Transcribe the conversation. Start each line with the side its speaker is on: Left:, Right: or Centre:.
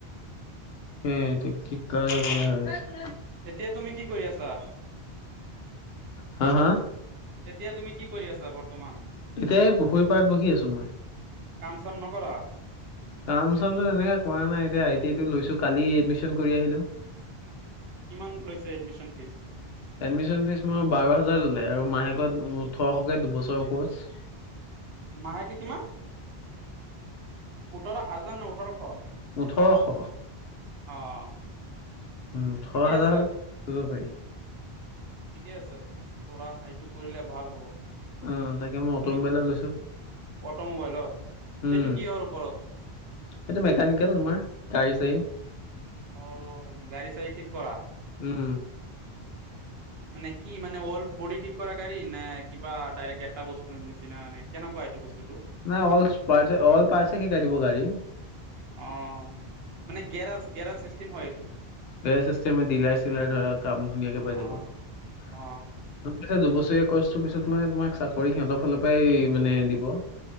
Left: এইটো কি কাজ <unintelligible>
Right: এতিয়া তুমি কি কৰি আছা?
Left: হা, হা,
Right: এতিয়া তুমি কি কৰি আছা? বৰ্তমান,
Left: তাকে এই পুখুৰী পাৰত বহি আছোঁ মই
Right: কাম চাম নকৰ?
Left: কাম চামটো এনেকে, কৰা নাই এতিয়া আই টি আই টো লৈছোঁ কালি এডমিশ্যন কৰি আহিলো।
Right: কিমান লৈছে এডমিশ্যন ফীজ?
Left: এডমিশ্যন ফীজ তোমাৰ বাৰ হাজাৰ ললে আৰু মাহেকত ওঠৰশকে দুবছৰৰ কোৰ্চ <inaudible>
Right: মাহেকে কিমান? ওঠৰ হাজাৰ ন ওঠৰশ,
Left: ওঠৰশ,
Right: অ',
Left: উম', ওঠৰ
Right: ঠিকেই
Left: হাজাৰ
Right: আছে
Left: হলে কৰিব পাৰি?
Right: ঠিকে আছে, কৰা এইটো কৰিলে ভাল হ'ব।
Left: অ', তাকে মই অট'মোবাইলত
Right: তুমি,
Left: লৈছো
Right: অটোমোবাইলত।
Left: উম,
Right: এইটো কিহৰ ওপৰত?
Left: এইটো মেকানিকেল তোমাৰ গাড়ী -চাড়ী,
Right: অ', গাড়ী- চাড়ী ঠিক কৰা?
Left: উম
Right: মানে, কি মানে অল বডি ঠিক কৰাৰ গাড়ী নে? কিবা ডাইৰেক্ট এটা বস্তুৰ নিচিনা নে? কেনেকুৱা এইটো বস্তুটো?
Left: মানে অলছ, পাৰ্চ অল পাৰ্চে শিকাই দিব গাড়ীৰ।
Right: অ মানে গেৰাজ গেৰাজ চিষ্টেম হয় এইটো
Left: গেৰেজ চিষ্টেম দিলাৰে চিলাৰে ধৰা কাম ধুনীয়াকে পাই
Right: অ
Left: যাবা আচ্ছা
Right: অ
Left: দুবছৰীয়া কৰ্ছটোৰ পিছত মানে তোমাক চাকৰি সিহঁতৰ ফালৰ পৰাই মানে দিব